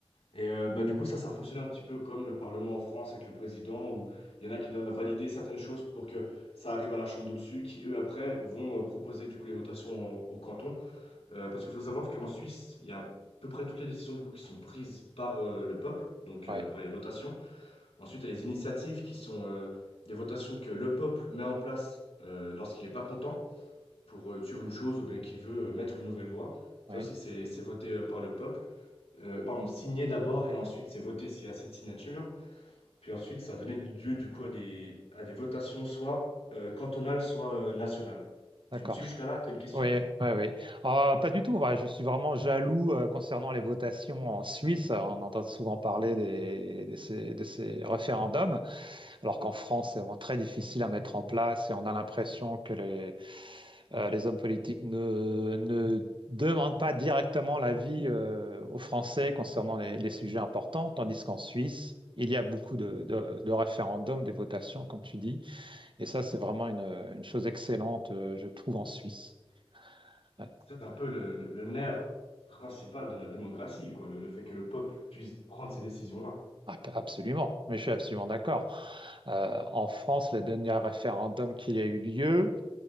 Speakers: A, on the left; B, on the right.
A: Et heu, bah, du coup, ça, ça fonctionne un petit peu comme le parlement en France avec le président où il y en a qui doivent valider certaines choses pour que ça arrive à la chambre d'au-dessus qui, eux, après, vont, heu, proposer du coup les votations au au canton. Heu, parce qu'il faut savoir qu'en Suisse, il y a à peu près toutes les décisions du coup qui sont prises par, heu, le peuple, donc heu,
B: Ouais,
A: par les votations. Ensuite, il y a les initiatives qui sont, heu, des votations que le peuple met en place, heu, lorsqu'il n'est pas content pour, heu, sur une chose ou bien qu'il veut, heu, mettre une nouvelle loi. Ça
B: ouais.
A: aussi, c'est c'est voté, heu, par le peuple euh, pardon, signé d'abord et ensuite c'est voté s'il y a assez de signatures. Puis ensuite, ça a donné lieu du coup à des, à des votations soit euh, cantonales, soit euh, nationales.
B: D'accord.
A: Tu me suis jusqu'à là, t'as une question?
B: Oui, oui, oui. Euh, pas du tout. Moi, je suis vraiment jaloux euh, concernant les votations en Suisse. On entend souvent parler des, de ces, de ces référendums. Alors qu'en France, c'est vraiment très difficile à mettre en place et on a l'impression que les, euh, les hommes politiques ne, ne demandent pas directement l'avis euh, aux Français concernant les, les sujets importants, tandis qu'en Suisse, il y a beaucoup de, de- de référendums, des votations, comme tu dis, et ça, c'est vraiment une, une chose excellente, euh, je trouve, en Suisse. Ouais.
A: C'est un peu le, le- le nerf principal de la démocratie, quoi, le, le fait que le peuple puisse prendre ces décisions-là.
B: Ab- Absolument, mais je suis absolument d'accord. Euh, en France, le dernier référendum qui a eu lieu,